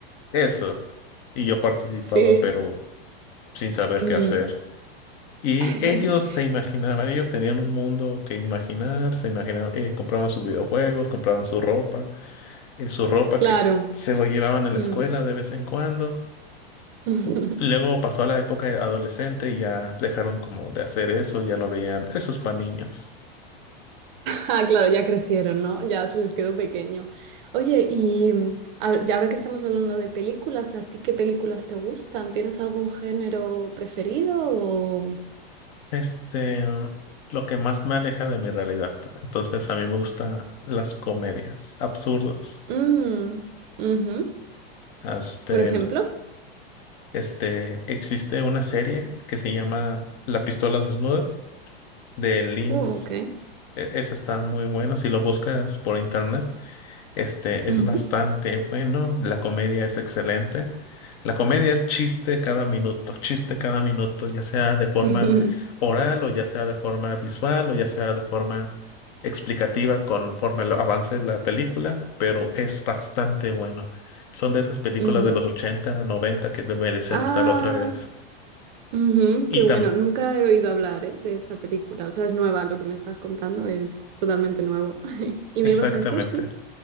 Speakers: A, on the left (about 45°); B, on the right (about 55°).
A: Eso. Y yo participaba,
B: Sí.
A: pero sin saber
B: Mm.
A: qué hacer. Y
B: <laughs>
A: ellos se imaginaban, ellos tenían un mundo que imaginar, se imaginaban, eh, compraban sus videojuegos, compraban su ropa eh, su ropa
B: Claro.
A: que se lo llevaban a la
B: Mm.
A: escuela de vez en cuando.
B: <laughs>
A: Luego pasó la época de adolescente y ya dejaron como de hacer eso, ya lo veían, esos para niños.
B: Ah, claro, ya crecieron, ¿no? Ya se les quedó pequeño. Oye, y mm, a- y ahora que estamos hablando de películas, ¿a ti qué películas te gustan? ¿Tienes algún género preferido o...
A: Este, lo que más me aleja de mi realidad. Entonces a mí me gustan las comedias absurdas.
B: Mm, ujú.
A: Este,
B: ¿Por ejemplo?
A: el- este, existe una serie que se llama La pistola desnuda de LIMS.
B: Uh, ok.
A: Esa está muy buena si lo buscas por internet. Este
B: Ujú.
A: es bastante bueno, la comedia es excelente. La comedia es chiste cada minuto, chiste cada minuto, ya sea de forma
B: <laughs>
A: oral o ya sea de forma visual o ya sea de forma explicativa conforme lo- avance la película, pero es bastante bueno. Son de esas películas
B: Ujú.
A: de los 80, 90 que te merecen
B: Ah,
A: estar otra vez.
B: Ujú,
A: Y
B: qué
A: también,
B: bueno, nunca he oído hablar, ¿eh? de esta película, o sea, es nueva, lo que me estás contando es totalmente nuevo. <laughs> ¿Y
A: exactamente.
B: me ibas a decir, sí?